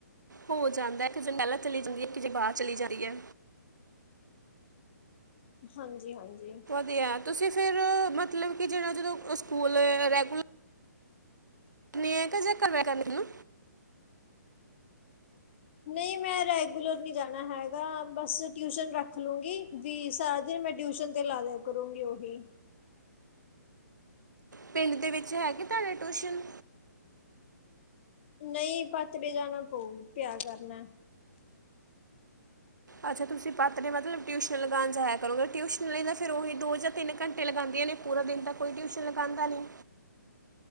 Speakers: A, on the right (about 80°); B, on the left (about 40°).
A: ਹੋ ਜਾਂਦਾ ਐ, ਇਕ ਜਨੀ ਪਹਿਲਾਂ ਚਲੀ ਜਾਂਦੀ ਐ, ਕਿ ਜੇ ਬਾਹ ਚਲੀ ਜਾਂਦੀ ਐ।
B: ਹਾਂਜੀ, ਹਾਂਜੀ‌।
A: ਦੇ ਆ, ਤੁਸੀਂ ਫਿਰ ਮਤਲਬ ਕਿ, ਜਿਹੜਾ ਜਦੋਂ ਸਕੂਲ ਰੈਗੂਲਰਂ ਜਾਨੇ ਆ, ਕਿ ਜੇ ਕਰਆ ਕਰਨੀ ਨਾ
B: ਨਈ ਮੈਂ ਰੈਗੂਲਰ ਨੀ ਜਾਣਾ ਹੈਗਾ, ਬਸ ਟਿਊਸ਼ਨ ਰੱਖ ਲੂੰ ਗੀ, ਵੀ ਸਾਰਾ ਦਿਨ ਮੈਂ ਟਿਊਸ਼ਨ ਤੇ ਲਾਦਿਆ ਕਰੂੰਗੀ, ਉਹੀ।
A: ਪਿੰਡ ਦੇ ਵਿੱਚ, ਹੈਗੇ ਤੁਹਾਡੇ ਟਊਸ਼ਨ?
B: ਨਈ, ਪਾਤੜੇ ਜਾਣਾ ਪਊ, ਪਿਆ ਕਰਨਾ।
A: ਅੱਛਾ, ਤੁਸੀਂ ਪਤੜੇ ਮਤਲਬ ਟਿਊਸ਼ਨ ਲਗਾਉਣ ਜਾਇਆ ਕਰੋਗੇ, ਟਿਊਸ਼ਨ ਲਈ ਨਾ ਫੇਰ ਉਹੀ ਦੋ ਜਾਂ ਤਿੰਨ ਘੰਟੇ ਲਗਾਉਂਦੀਆਂ ਨੇ, ਪੂਰਾ ਦਿਨ ਤਾਂ ਕੋਈ ਟਿਊਸ਼ਨ ਲਗਾਉਂਦਾ ਨੀ।